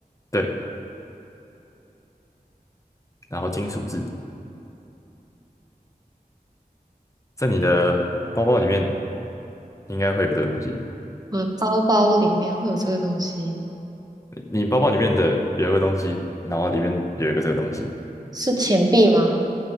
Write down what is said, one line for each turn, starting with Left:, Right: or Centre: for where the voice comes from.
Left: 对，然后金属质在你的包包里面应该会有这个东西，
Right: 我的包包里面会有这个东西，
Left: 你包包里面的有一个东西，然后里面有一个这个东西，
Right: 是钱币吗？